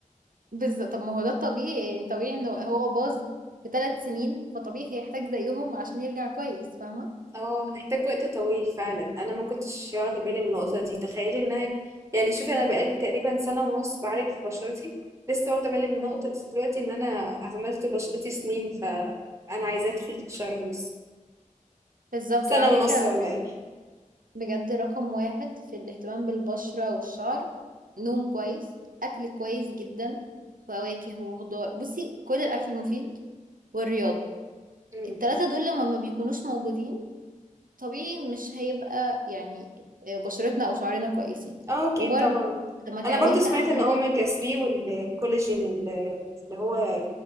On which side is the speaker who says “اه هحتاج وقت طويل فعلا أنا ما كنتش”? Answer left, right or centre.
Right